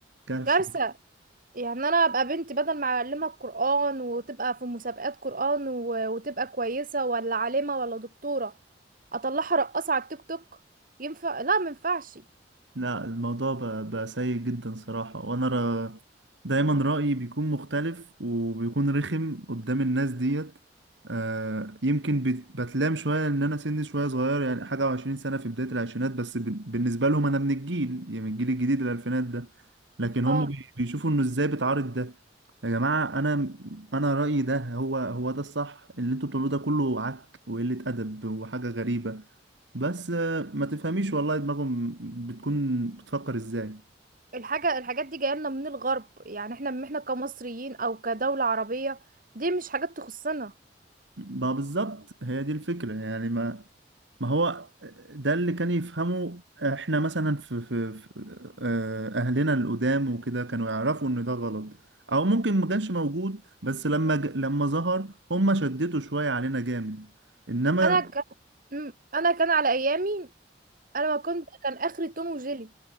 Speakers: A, on the right (about 80°); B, on the right (about 50°).
A: كارثه
B: كارثة يعني انا ابقى بنت بدل ما اعلمها القرآن وتبقى في مسابقات قرآن و... وتبقى كويسة ولا عالمة ولا دكتورة اطلعها رقاصة على التيك توك ينفع لا مينفعش
A: لا الموضوع بقى, بقى سيء جدا صراحة وانا را دايما رأيي بيكون مختلف وبيكون رخم قدام الناس ديت آه يمكن بت- بتلام شوية ان انا سني شوية صغير يعني حاجة وعشرين سنة في بداية العشرينات بس بن- بالنسبة لهم انا من الجيل يعني من الجيل الجديد الالفينات ده لكن هم
B: اه
A: مم. بي- بيشوفوا انه ازاي بتعارض ده يا جماعة انا انا رأيي ده هو هو ده الصح اللي انتوا بتعملوه ده كله عك وقلة ادب وحاجة غريبة بس آه، ما تفهميش والله دماغهم بتكون بتفكر ازاي
B: الحاجة الحاجات دي جاية لنا من الغرب يعني احنا احنا كمصريين او كدولة عربية دي مش حاجات تخصنا
A: ما بالظبط هي دي الفكرة يعني ما ما هو آه، ده اللي كان يفهمه احنا مثلا في, في, في آه، اهلنا القدام وكده كانوا يعرفوا ان ده غلط او ممكن ما كانش موجود بس لما ج... لما ظهر هم شدتوا شوية علينا جامد انما
B: انا ك... م- انا كان على ايامي انا ما كنت كان اخري توم وجيلي